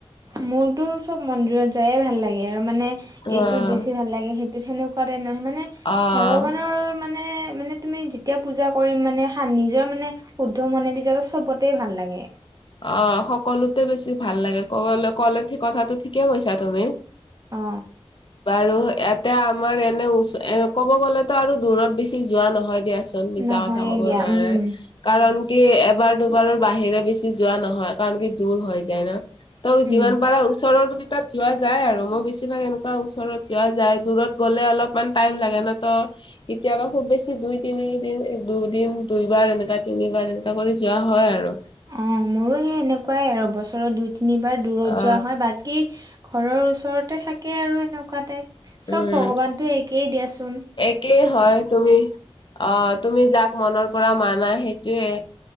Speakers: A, on the right (about 35°); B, on the left (about 50°).
A: মোৰতো চব মন্দিৰত যায়ে ভাল লাগে আৰু মানে
B: অ',
A: এইটো বেছি ভাল লাগে সেইটো। সেনেকুৱা টাইপ নাহয় মানে
B: অ',
A: ভগৱানৰ মানে। এ মানে তুমি যেতিয়া পূজা কৰিম মানে নিজৰ মানে শুদ্ধ মনে দি যাব চবতে ভাল লাগে।
B: অ' সকলোতে বেছি ভাল লাগে কব কলে কথাটো ঠিকে কৈছা তুমি।
A: অ
B: বাৰু ইয়াত। এতিয়া আমাৰ এনে চ এ ক'ব গ'লেতো আৰু দূৰত বেছি যোৱা নহয় দিয়া। মিছা
A: নহয়ে
B: কথা কব
A: দিয়া
B: যোৱা
A: উম
B: নাই কাৰণ কি এবাৰ দুবাৰৰ বাহিৰেছি। যোৱা নহয়, কাৰণ কি দূৰ হৈ যায় ন ত
A: উম
B: যিমান পাৰা ওচৰত। তাত যোৱা যায় আৰু মই বেছিভাগ এনেকুৱা ওচৰত যোৱা যায় দূৰত গ'লে অলপমান টাইম লাগে ন তো। কেতিয়াবা। খুব বেছি দুই তিনিদিন দুইদিন দুই বাৰ এনেকা তিনিবাৰ এনেকা কৰি যোৱা হয় আৰু।
A: অ' মোৰো সেই এনেকুৱাই আৰু বছৰ দুই তিনিবাৰ দূৰত
B: অ
A: যোৱা হয় বাকী ঘৰৰ ওচৰত। ওচৰতে থাকে আৰু এনেকুৱা টাইপ চব
B: উম
A: ভগৱানতটো একেই দিয়াচোন।
B: একেই হয়, তুমি অ তুমি যাক মনৰ পৰা মানা সেইটোয়ে।